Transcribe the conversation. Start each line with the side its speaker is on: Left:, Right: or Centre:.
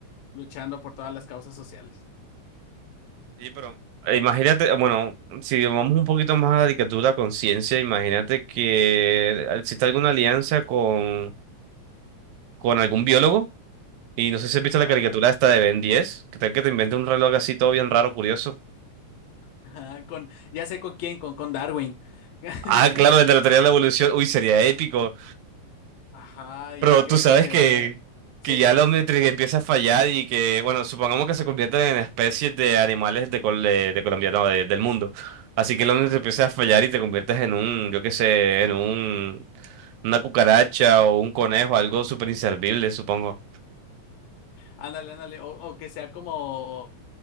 Left: luchando por todas las causas sociales.
Right: Sí, pero eh, imagínate, bueno, si vamos un poquito más a la caricatura a conciencia, imagínate que ah, existe alguna alianza con, con algún biólogo. Y no sé si has visto
Left: Ajá.
Right: la caricatura esta de Ben 10, que tal que te invente un reloj así todo bien raro, curioso.
Left: Ajá, con, ya sé con quién, con, con Darwin. <laughs>
Right: Ah, claro, el de la teoría de la evolución. Uy, sería épico,
Left: Ajá,
Right: Pero
Left: y ya
Right: tú
Left: que,
Right: sabes
Left: que se
Right: que,
Left: vaya. Sí.
Right: que ya la Omnitrix empieza a fallar y que, bueno, supongamos que se convierten en especies de animales de, Col- de, de Colombia, no, de- del mundo. Así que la Omnitrix empieza a fallar y te conviertes en un, yo qué sé, en un, una cucaracha o un conejo, algo súper inservible, supongo.
Left: Ándale, ándale, o, o que sea como,